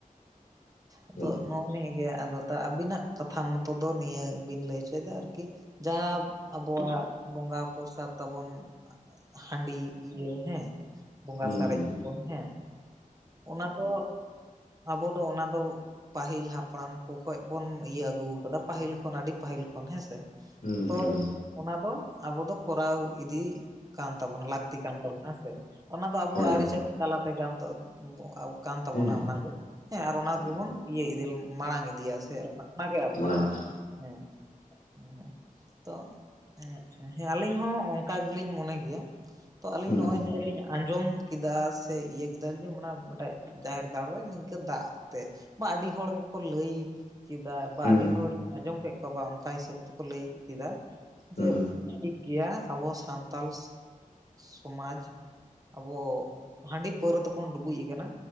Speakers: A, on the right; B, on the left.
A: ᱟᱫᱚ
B: ᱦᱩᱸ
A: ᱱᱚᱜᱼᱚ ᱱᱤᱭᱟᱹᱜᱮ ᱟᱫᱚ ᱛᱟ ᱟᱵᱤᱱᱟᱜ ᱠᱟᱛᱷᱟ ᱢᱚᱛᱚ ᱫᱚ ᱱᱤᱭᱟᱹ ᱵᱤᱱ ᱞᱟᱹᱭ ᱚᱪᱚᱭᱫᱟ ᱟᱨᱠᱤ᱾ ᱡᱟᱦᱟᱸ ᱟᱵᱚᱣᱟᱜ ᱵᱚᱸᱜᱟ ᱯᱚᱨᱥᱟᱛ ᱛᱟᱵᱚᱱ, ᱦᱟᱺᱰᱤ ᱤᱭᱟᱹ ᱦᱮᱸ, ᱵᱚᱸᱜᱟ
B: ᱦᱩᱸ
A: ᱥᱟᱨᱮᱡ ᱟᱵᱚᱱ ᱦᱮᱸ, ᱚᱱᱟ ᱫᱚ ᱟᱵᱚ ᱫᱚ ᱚᱱᱟ ᱫᱚ ᱯᱟᱹᱦᱤᱞ ᱦᱟᱯᱲᱟᱢ ᱠᱚ ᱠᱷᱚᱡ ᱵᱚᱱ ᱤᱭᱟᱹ ᱟᱹᱜᱩ ᱟᱠᱟᱫᱟ᱾ ᱯᱟᱹᱟᱦᱤᱞ ᱠᱷᱚᱱ ᱟᱹᱰᱤ ᱯᱟᱹᱦᱤᱞ ᱠᱷᱚᱱ ᱦᱮᱸᱥᱮ?
B: ᱦᱩᱸ
A: ᱛᱚ
B: ᱦᱩᱸ᱾
A: ᱚᱱᱟ ᱫᱚ ᱟᱵᱚ ᱫᱚ ᱠᱚᱨᱟᱣ ᱤᱫᱤ ᱠᱟᱱ ᱛᱟᱵᱚᱱᱟ, ᱞᱟᱹᱠᱛᱤ ᱠᱟᱱ ᱛᱟᱵᱚᱱᱟ᱾ ᱦᱮᱸᱥᱮ, ᱚᱱᱟ ᱫᱚ ᱟᱵᱚᱣᱟᱜ
B: ᱦᱮᱸ
A: ᱟᱹᱨᱤᱪᱟᱹᱞᱤ ᱛᱟᱞᱟᱛᱮ ᱠᱟᱱᱼᱼ <inaudible> ᱠᱟᱱ ᱛᱟᱵᱚᱱᱟ
B: ᱦᱮᱸ
A: ᱚᱱᱟ ᱜᱮ, ᱦᱮᱸ ᱟᱨ ᱚᱱᱟ
B: ᱦᱮᱸ
A: ᱜᱮᱵᱚᱱ ᱤᱭᱟᱹ ᱤᱫᱮᱞ ᱢᱟᱲᱟᱝ ᱤᱫᱤᱭᱟ ᱥᱮ ᱚᱱᱟᱜᱮ ᱟᱵᱤᱱᱟᱜ
B: ᱢᱟᱲᱟᱝ ᱫᱚ
A: ᱦᱮᱸ ᱦᱮᱸ ᱦᱮᱸ ᱛᱚ ᱦᱮᱸ ᱟᱪᱪᱷᱟ ᱦᱮᱸ ᱟᱞᱤᱧ ᱦᱚᱸ ᱚᱱᱠᱟ ᱜᱮᱞᱤᱧ ᱢᱚᱱᱮ ᱜᱮᱭᱟ ᱛᱚ ᱟᱹᱞᱤᱧ
B: ᱦᱩᱸ
A: ᱱᱚᱜᱼᱚᱭ ᱡᱮ ᱟᱞᱤᱧᱟᱜ ᱟᱸᱡᱚᱢ ᱠᱮᱫᱟ ᱥᱮ ᱤᱭᱟᱹ ᱠᱮᱫᱟ ᱚᱱᱟ ᱢᱤᱫᱴᱮᱡ ᱡᱟᱦᱮᱨ ᱜᱟᱲ ᱨᱮ, ᱱᱤᱝᱠᱟᱹ ᱫᱟᱜ ᱛᱮ ᱢᱟ ᱟᱹᱰᱤ ᱦᱚᱲ ᱜᱮᱠᱚ ᱞᱟᱹᱭ ᱠᱮᱫᱟ ᱵᱟ
B: ᱦᱩᱸ
A: ᱟᱹᱰᱤ ᱦᱚᱲ ᱟᱸᱡᱚᱢ ᱠᱮᱫ ᱠᱚᱣᱟ ᱵᱟ ᱚᱱᱠᱟ ᱦᱤᱥᱟᱹᱵ ᱛᱮᱠᱚ ᱞᱟᱹᱭ ᱠᱮᱫᱟ, ᱡᱮ
B: ᱦᱩᱸ
A: ᱴᱷᱤᱠ ᱜᱮᱭᱟ ᱟᱵᱚ ᱥᱟᱱᱛᱟᱞ ᱥᱚᱢᱟᱡᱽ, ᱟᱵᱚ ᱦᱟᱺᱰᱤ ᱯᱟᱹᱣᱨᱟᱹ ᱛᱮᱵᱚᱱ ᱰᱩᱵᱩᱡ ᱟᱠᱟᱱᱟ